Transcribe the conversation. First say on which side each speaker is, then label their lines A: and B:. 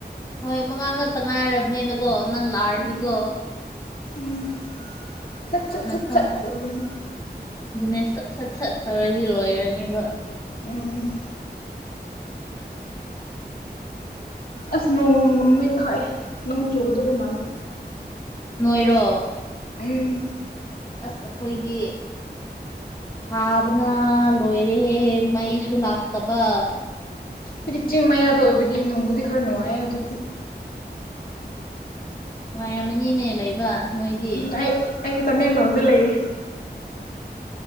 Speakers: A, on the left; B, on the left.
A: ꯍꯣꯏ ꯃꯉꯥ ꯉꯛꯇ ꯉꯥꯏꯔꯕꯅꯤꯅꯀꯣ ꯅꯪ ꯂꯥꯛꯑꯔꯗꯤꯀꯣ
B: ꯎꯝ ꯎꯝ ꯁꯠ ꯁꯠ ꯁꯠ
A: ꯈꯪ
B: ꯁꯠ ꯂ‌ꯣꯏꯔꯅꯤ
A: ꯑꯗꯨꯅꯦ ꯁꯠ ꯁꯠ ꯁꯠ ꯇꯧꯔꯗꯤ ꯂꯣꯏꯔꯅꯦꯕ
B: ꯎꯝ ꯑꯁ ꯅꯣꯡ ꯅꯨꯃꯤꯠ ꯈꯥꯛꯑꯦ ꯅꯣꯡ ꯆꯨꯒꯗꯧꯕ ꯃꯥꯜꯂꯤ
A: ꯅꯣꯏꯔꯣ
B: ꯎꯝ
A: ꯑꯁ ꯑꯩꯈꯣꯏꯒꯤ ꯁꯥꯕꯅ ꯂꯣꯏꯔꯦꯍꯦ ꯃꯩꯁꯨ ꯂꯥꯛꯇꯕ
B: ꯑꯩꯈꯣꯏꯗꯤ ꯆꯤꯡ ꯃꯌꯥꯗ ꯑꯣꯏꯕꯒꯤ ꯅꯨꯡꯕꯨꯗꯤ ꯈꯔ ꯅꯨꯡꯉꯥꯏꯌꯦ ꯍꯧꯖꯤꯛꯇꯤ
A: ꯅꯨꯡꯉꯥꯏꯔꯝꯃꯅꯤꯅꯦ ꯂꯩꯕ ꯅꯣꯏꯗꯤ
B: ꯎꯝ ꯑꯩ ꯑꯩꯗꯤ ꯇꯃꯦꯡꯂꯣꯡꯗ ꯂꯩꯌꯦ